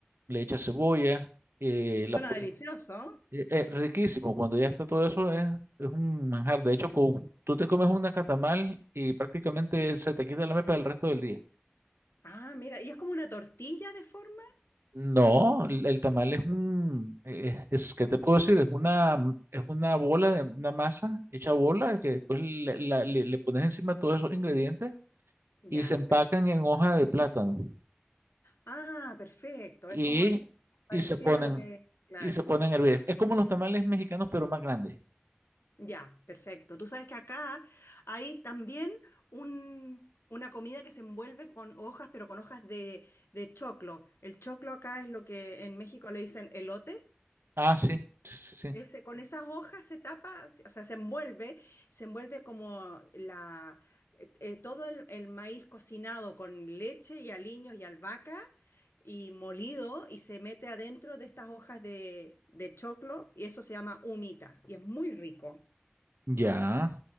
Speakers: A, on the right (about 70°); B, on the left (about 85°).
A: le echas cebolla. eh,
B: Suena
A: la pu-
B: delicioso.
A: eh, eh, riquísimo, cuando ya está todo eso es, es un manjar. De hecho, con- tú te comes una catamal y prácticamente se te quita la mepa del resto del día.
B: Ah, mira, y es como una tortilla de forma.
A: No, el el tamal es un, eh, es, ¿qué te puedo decir? Es una, es una bola de una masa hecha bola que después le, la- le- le pones encima todos esos ingredientes
B: Ya,
A: y se empacan
B: perfecto.
A: en hoja de plátano
B: Ah, perfecto.
A: y,
B: Es como parecido
A: y se ponen
B: a lo que... Claro.
A: y se ponen a hervir. Es como los tamales mexicanos pero más grandes.
B: Ya, perfecto. Tú sabes que acá hay también un- una comida que se envuelve con hojas, pero con hojas de, de choclo. El choclo acá es lo que en México le dicen elote.
A: Ah, sí, sí, sí.
B: Ese, con esas hojas se tapa, se- o sea, se envuelve, se envuelve como la, eh, eh, todo el, el maíz cocinado con leche y aliños y albahaca y molido y se mete adentro de estas hojas de, de choclo y eso se llama humita y es muy rico.
A: Ya,